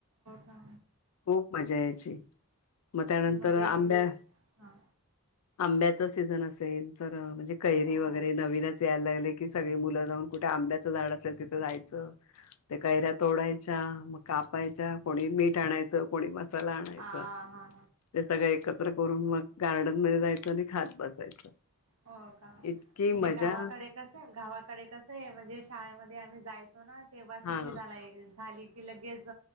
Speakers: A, on the right; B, on the left.
A: हा
B: खूप मज्जा यायची मग त्यानंतर
A: म्हणजे
B: आंब्या
A: हा
B: आंब्याचा सीझन असेल तर णे कैरी
A: हो
B: वगैरे नवीनच यायला लागले की सगळे मुलं जाऊन कुठे आंब्याचं झाड असेल तिथं जायचं त्या कैऱ्या तोडायच्या मग कापायच्या कोणी मीठ आणाय को मसाला आणायच
A: हा हा
B: ते सगळ एकत करून मग गार्डन म जायचं आणि खात बसायचं
A: हो का
B: इतकी
A: म्हणजे
B: मजा
A: गावाकडे कस गावाकडे कस आहे म्हणजे शाळेमध्ये आम्ही जायच तो ना तेव्हा सुट्टी
B: हा
A: झालाय झाली की लगेच